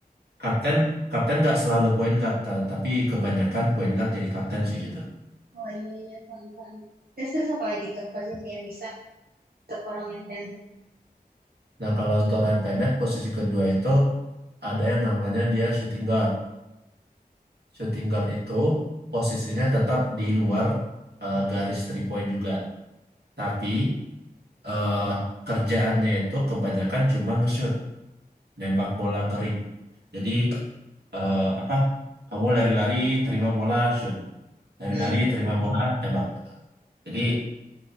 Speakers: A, on the right; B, on the right.
A: kapten kapten nggak selalu point guard, ta- tapi kebanyakan point guard jadi kapten sih gitu.
B: Oh iya iya paham paham. Terus terus apa lagi tuh posisi yang bisa untuk orang yang pendek? <laughs>
A: Nah kalau untuk orang yang pendek posisi kedua itu ada yang namanya dia shooting guard. Shooting guard itu posisinya tetap di luar eh, garis three point juga. Tapi eh, kerjaannya itu kebanyakan cuma nge-shoot, nembak bola kering. Jadi eh, apa? Kamu lari-lari, terima bola, shoot. Lari-lari,
B: Hmm.
A: terima bola, tembak. Jadi